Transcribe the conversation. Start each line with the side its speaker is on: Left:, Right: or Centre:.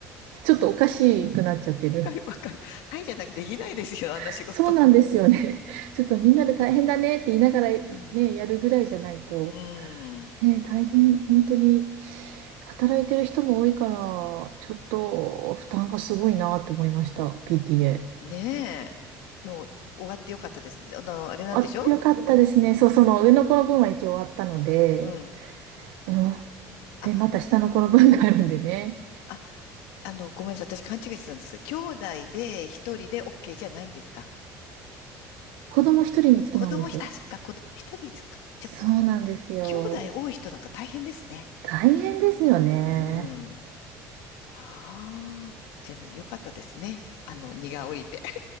Right: ちょっとおかしくなっちゃってる。
Left: かる、わかる。はいじゃなきゃできないですよ、あんな仕事。
Right: <laughs> そうなんですよね。<laughs> ちょっとみんなで大変だねって言いながらね、
Left: うん。
Right: やるぐらいじゃないと。
Left: うん。
Right: ねえ、大変、本当に、働いてる人も多いから、
Left: あ
Right: ちょっと負担がすごいなと思いました、PTA。
Left: ねえ。でも、終わってよかったですね。あの、あれなんでしょ
Right: あってよかったですね。そう、その上の子の分は一応終わったので、
Left: うん。
Right: うん。
Left: あ、
Right: で、また下の子の分があるんでね。
Left: あ、あの、ごめんなさい。私勘違いしてたんですが、兄弟で一人で OK じゃないんですか
Right: 子供一人につきなんです。
Left: 子供ひ、あ、そっか、子供一人か。じゃあ、
Right: そうなんですよ。
Left: こ兄弟多い人なんか大変ですね。
Right: 大変ですよね。
Left: うん。ああ、じゃあもうよかったですね。あの、荷が降りて。